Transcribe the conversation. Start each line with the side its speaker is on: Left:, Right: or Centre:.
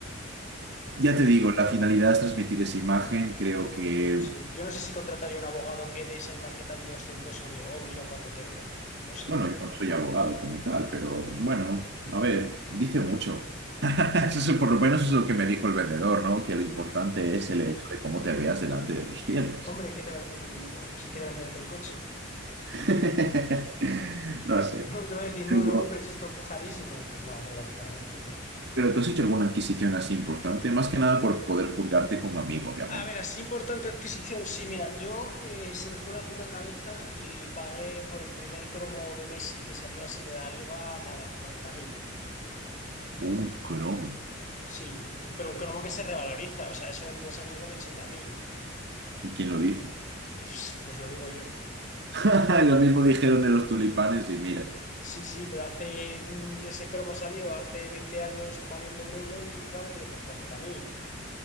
Right: Ya te digo, la finalidad es transmitir esa imagen, creo que,
Left: No sé. Yo no sé si contrataría un abogado que dé esa imagen tan de ostentoso de, oh, mira cuánto tengo. No sé.
Right: bueno, yo no soy abogado como tal, pero bueno, a ver, dice mucho. Eso es, por lo menos es lo que me dijo el vendedor, ¿no? Que lo importante es el hecho de cómo te veas delante de los clientes.
Left: Hombre, ¿qué te va a decir el vendedor si quiere venderte el coche?
Right: <laughs> No
Left: <laughs>
Right: sé.
Left: No te va a decir,
Right: Pero,
Left: no, no compres esto, que es carísimo. Pues no, hombre, lógicamente.
Right: pero tú has hecho alguna adquisición así importante, más que nada por poder juzgarte como amigo, obviamente.
Left: A ver, así importante adquisición. Sí, mira, yo eh, se me fue la puta cabeza y pagué por el primer cromo de Messi que salió así de la liga, nada, 40.000.
Right: Un cromo.
Left: Sí, pero un cromo que se revaloriza, o sea, eso en dos años vale 80.000.
Right: ¿Y quién lo dice?
Left: Pues pues lo digo yo.
Right: <laughs> Lo mismo dijeron de los tulipanes y mira.
Left: Sí, sí, pero hace, mm, ese cromo salió hace 20 años valiendo un euro y lo ha vendido por 40.000.